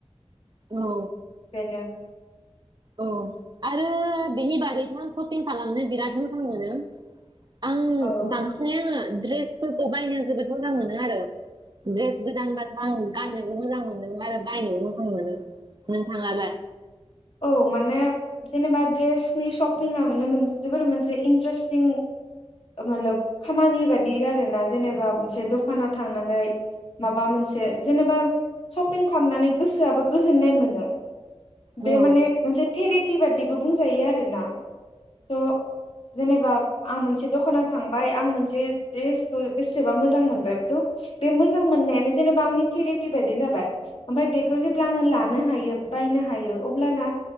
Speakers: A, on the right; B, on the left.
A: औ
B: बेनो
A: औ आरो बेनि बादैथ शपिं खालामनो बिराद मोजां मोनो। आं
B: औ
A: बांसिनै आङो‌ ड्रेसफोरखौ बायनो जोबोद मोजां मोनो आरो द्रेस गोदानबाथ' आं गाननोबो मोजां मोनो आरो बायनोबो मोजां मोनो। नोंथाङालाय?
B: औ माने जेनेबा द्रेसनि शपिङा माने जोबोर मोनसे इन्ट्रेस्टिं मतलब खामानि बायदि‌ आरोना जेनेबा मोनसे दखानाव थांनानै माबा मोनसे जेनेबा शपिं खालामनानै गोसोआबो गोजोननाय मोनो। बे
A: औ
B: माने मोनसे थेरेक पि बादिबो बुंजायो आरोना। त' जेनेबा आं मोन मोनसे दखानाव थांबाय आं मोनसे जे द्रेसखौ बेसेबा मोजां मोनबाय बेथ' बे मोजां मोननायानो जेन'बा आंनि थेरेपि बायदि जाबाय। ओमफफ्राय बेखौ जेब्ला आङो लानो हायो बायनो हा हायो अब्लाना